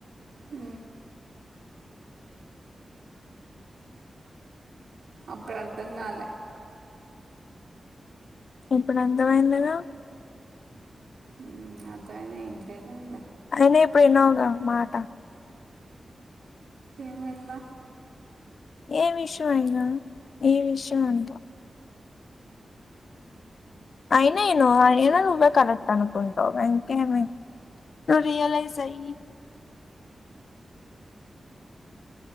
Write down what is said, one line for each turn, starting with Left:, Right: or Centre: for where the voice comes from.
Right: హ అప్పుడు అర్థం కాలే
Left: ఇప్పుడు అర్థమైంది కదా
Right: ఉమ్ అర్ధమైన ఏం చేయలేంలే
Left: అయిన ఇప్పుడు విన్నావుగా మాట
Right: ఏం విన్ల
Left: ఏ విషయం అయినా ఏ విషయం ఆన్ల అయి నేను అయినా నువ్వే కరెక్ట్ అనుకుంటావు ఇంకేమి నువ్వు రియలైజ్యి